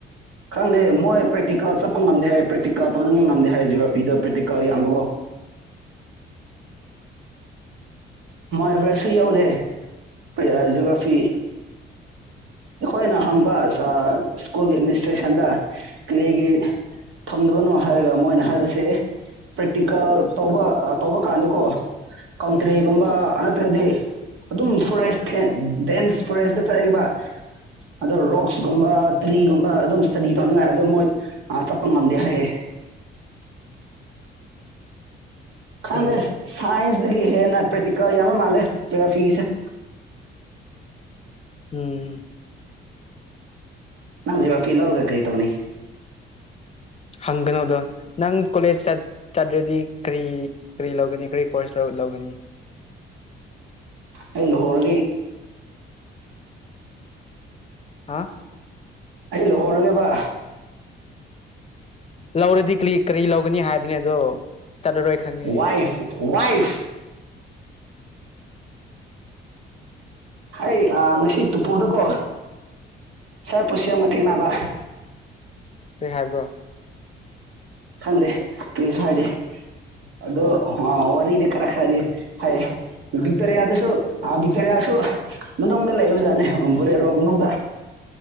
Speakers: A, on the right; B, on the left.
A: ꯈꯪꯗꯦ ꯃꯣꯏ ꯄ꯭ꯔꯦꯛꯇꯤꯀꯦꯜ ꯆꯠꯄ ꯉꯝꯗꯦ ꯍꯥꯏ ꯄ꯭ꯔꯦꯛꯇꯤꯀꯦꯜ ꯇꯧꯅꯤꯡꯉꯩ ꯉꯝꯗꯦ ꯍꯥꯏ ꯖꯤꯑꯣꯒ꯭ꯔꯥꯐꯤꯗꯣ ꯄ꯭ꯔꯦꯛꯇꯤꯀꯦꯜ ꯌꯥꯝꯕꯀꯣ ꯃꯥꯏꯕꯔꯦꯠꯁꯨ ꯌꯧꯗꯦ ꯖꯑꯣꯒ꯭ꯔꯥꯐꯤ ꯑꯩꯈꯣꯏꯅ ꯍꯪꯕ ꯁ꯭ꯀꯨꯜꯒꯤ ꯑꯦꯗꯃꯤꯅꯤꯁꯇ꯭ꯔꯦꯁꯟꯗ ꯀꯔꯤꯒꯤ ꯊꯝꯗꯕꯅꯣ ꯍꯥꯏꯔꯒ ꯃꯣꯏꯅ ꯍꯥꯏꯕꯁꯦ ꯄ꯭ꯔꯦꯛꯇꯤꯀꯦꯜ ꯇꯧꯕ ꯇꯧꯕ ꯀꯥꯟꯗꯀꯣ ꯀꯥꯎꯟꯇꯔꯤꯒꯨꯝ
B: ꯎꯝ
A: ꯅꯠꯇ꯭ꯔꯗꯤ ꯑꯗꯨꯝ ꯐꯣꯔꯦꯁ ꯗꯦꯟꯁ ꯐꯣꯔꯦꯁꯇ ꯆꯠꯂꯤꯕ ꯑꯗꯨ ꯔꯣꯛꯁꯀꯨꯝꯕ ꯇ꯭ꯔꯤꯒꯨꯝꯕ ꯑꯗꯨꯝ ꯏꯁꯇꯗꯤ ꯇꯧꯅꯤꯡꯉꯥꯏ ꯑꯗꯨꯝ ꯃꯣꯏ ꯆꯠꯄ ꯉꯝꯗꯦ ꯍꯥꯏꯌꯦ ꯈꯪꯗꯦ
B: ꯎꯝ
A: ꯁꯥꯏꯟꯁ ꯇꯒꯤ ꯍꯦꯟꯅ ꯄ꯭ꯔꯦꯇꯤꯀꯦꯜ ꯌꯥꯝꯕ ꯃꯥꯂꯦ ꯖꯣꯒ꯭ꯔꯥꯐꯤꯒꯤꯁꯦ
B: ꯎꯝ
A: ꯅꯪ ꯖꯣꯒ꯭ꯔꯥꯐꯤ ꯂꯧꯔꯒ ꯀꯔꯤ ꯇꯧꯅꯤ
B: ꯍꯪꯒꯅꯣꯗꯣ ꯅꯪ ꯀꯣꯂꯦꯖ ꯆꯠꯇ꯭ꯔꯗꯤ ꯀꯔꯤ ꯀꯔꯤ ꯂꯧꯒꯅꯤ ꯀꯔꯤ ꯀꯣꯔꯁ ꯂꯧꯒꯅꯤ
A: ꯑꯩ ꯂꯨꯍꯣ ꯎꯝ
B: ꯍꯥ
A: ꯑꯩ ꯂꯨꯍꯣꯔꯒꯦꯕ
B: ꯂꯧꯔꯗꯤ ꯀ꯭ꯂꯤ ꯀꯔꯤ ꯂꯧꯒꯅꯤ ꯍꯥꯏꯕꯅꯦ ꯑꯗꯣ <unintelligible> ꯇꯥꯗꯔꯣꯏ ꯈꯪꯉꯦ
A: ꯋꯥꯏꯐ ꯋꯥꯏꯐ ꯍꯩ ꯉꯁꯤ ꯇꯨꯄꯨꯜꯗꯀꯣ ꯁꯥꯔ ꯄꯨꯁꯦꯝꯒ ꯊꯦꯡꯅꯕ
B: ꯀꯔꯤ ꯍꯥꯏꯕ꯭ꯔꯥ
A: ꯈꯪꯗꯦ ꯀ꯭ꯔꯤꯁꯨ ꯍꯥꯏꯗꯦ ꯑꯗꯨ ꯋꯥꯔꯤꯗꯤ ꯈꯔ ꯈꯔꯗꯤ ꯍꯥꯏꯌꯦ ꯕꯤꯛꯇꯣꯔꯤꯌꯥꯗꯁꯨ ꯕꯤꯛꯇꯣꯔꯤꯌꯥꯁꯨ ꯃꯅꯨꯡꯗ ꯂꯩꯔꯖꯥꯠꯅꯦ ꯕꯣꯂꯦꯔꯣ ꯃꯅꯨꯡꯗ